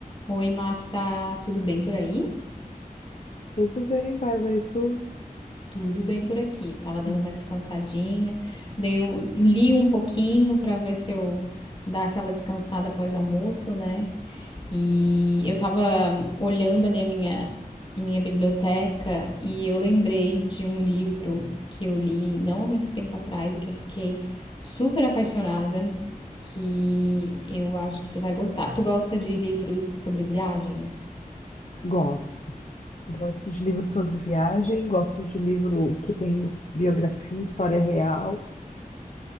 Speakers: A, on the left; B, on the left.
A: Oi, Marta, tudo bem por aí?
B: Tudo bem, Bárbara, e tu?
A: Tudo bem por aqui. Tava dando
B: Hum.
A: uma descansadinha, dei, um- li um pouquinho para ver se eu dar aquela descansada após o almoço, né? E eu tava olhando ali a minha minha biblioteca e eu lembrei de um livro que eu li não há muito tempo atrás e que eu fiquei super apaixonada, que eu acho que tu vai gostar. Tu gosta de livros sobre viagem?
B: Gosto. Gosto de livro sobre viagem, gosto de livro que tem biografia, história real